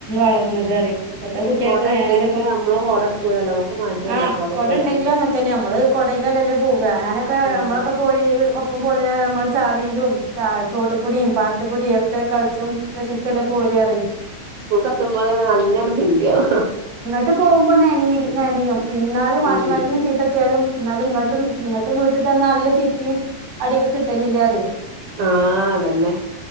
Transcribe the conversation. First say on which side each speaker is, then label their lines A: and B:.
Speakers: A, on the right; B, on the right.
A: വളർന്നത് അറിയ ഇപ്പത്തെ കുട്ട്യേക്ക്
B: കൊട
A: നേരെപ്പൊ
B: ഇണ്ടെങ്കില് നമ്മള് കൊട ഇട്ക്കൂലല്ലോ നമുക്ക് മടിയല്ലേ
A: ആ
B: കൊട
A: കൊടണ്ടെങ്കിലും
B: ചൂടാന്
A: അങ്ങൻതന്നെ നമ്മള് കൊടയിലല്ലല്ലേ പോക ഞാനൊക്കെ
B: ആഹ്
A: നമ്മളൊക്കെ പോയി ഇപ്പം പോന്നിനി നമ്മള് ചാളീലും ച ചോട്ടക്കുടിയും പാടത്തക്കുടിയും ഒക്കെ കളിച്ചും രസിച്ചല്ലേ പോരറ്
B: സ്കൂൾക്ക് എത്തുമ്പോങ്ങനെ നനഞ്ഞു പിണ്ടിയാവും
A: ട്ട് പോകുമ്പോ നനയും നനയും പിന്നാലും മാഷുമാരിന്ന്
B: ഉം
A: ചീത്തട്ടിയാലും എന്നാലും ഇങ്ങട്ടും ഇങ്ങട്ടും വീട്ടിചെന്ന നല്ലചീത്തി അടിയൊക്കെ കിട്ടലില്ലേ അറേ
B: ആഹ് അതന്നെ